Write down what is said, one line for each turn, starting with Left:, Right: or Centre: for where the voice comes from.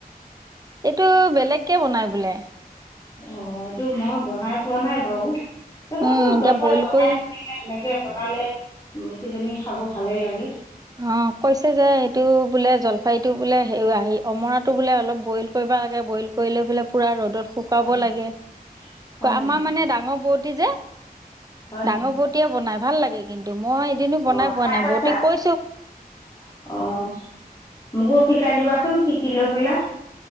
Right: এইটো বেলেগ কে বনাই বোলে
Left: অ এইটো মই বনাই পোৱা নাই বাৰু তথাপিও
Right: উম এতিয়া
Left: জলফাই
Right: বইল
Left: বনাই
Right: কৰি
Left: তেনেকে সেনেকে বনালে ওম কিইজনী খাব ভালেই লাগে।
Right: অ কৈছে যে সটো বোলে জলফাইটো বোলে সেই, অমৰাটো বোলে অলপ বইল কৰিব লাগে বইল কৰিলে বোলে পূৰা ৰ'দ ৰ'দত শুকাব
Left: হয় নেকি
Right: লাগে,
Left: হয় নেকি
Right: আমাৰ মানে ডাঙৰ বৌ দি যে
Left: হয়
Right: ডাঙৰ
Left: নেকি
Right: বৌটিয়ে বনাই ভাল লাগে কিন্তু মই এদিনো বনাই
Left: অঁ
Right: পোৱা
Left: খাই
Right: নাই
Left: পাইছা
Right: বৌতিক কৈ
Left: অঁ, মোকো শিকাই দিবাচোন শিকি লৈ <unintelligible>